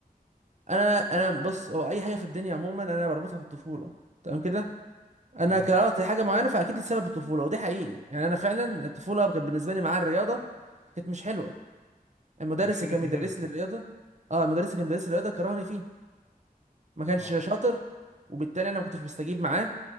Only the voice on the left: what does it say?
تمام
مشكلة
مدرس
يعني
اه